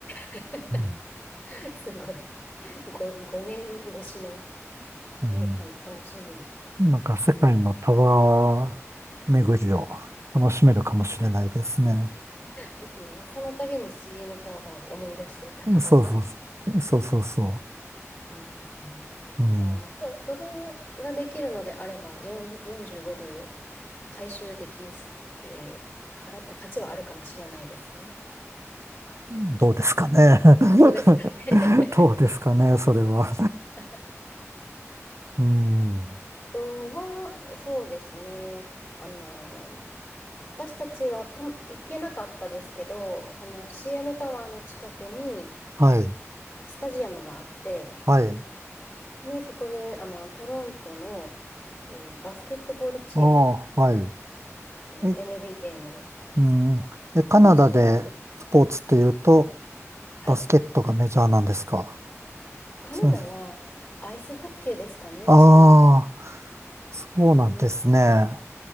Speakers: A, on the left; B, on the right.
A: <laughs>
B: う。うん、
A: すごい。ご5、年越しの、
B: うん
A: ね、た、楽しみ
B: なんか世界のタワー巡りを楽しめるかもしれないですね。
A: ですね。その度に CN タワーを思い出して高かったな。
B: うんそうそう、そうそうそう。
A: うん。
B: うん。
A: あ、まあ、そ、それができるのであれば、4、45ドル回収できす、えー払った価値はあるかもしれないですね。
B: どうですかね。<laughs>
A: どうですかね。
B: どうですかね、それは。
A: <laughs>
B: うん。
A: とは、そうですね。あの、私たちはた行けなかったですけど、その CN タワーの近くに
B: はい。
A: スタジアムがあって、
B: はい。
A: で、そこで、あの、トロントの、えーバスケットボールチーム、
B: ああ、はい。
A: えっと、
B: え、
A: NBA の、
B: うん。え、カナダでスポーツっていうと、
A: の試合、はい。
B: バスケットがメジャーなんですか。
A: カナダはアイスホッケーですかね、
B: そう、ああ、
A: 一番。
B: そうなんですね。
A: うんう